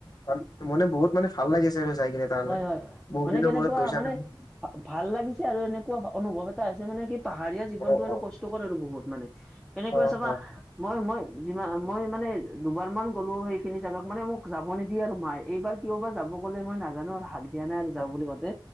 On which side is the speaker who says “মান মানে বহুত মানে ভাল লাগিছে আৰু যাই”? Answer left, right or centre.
Left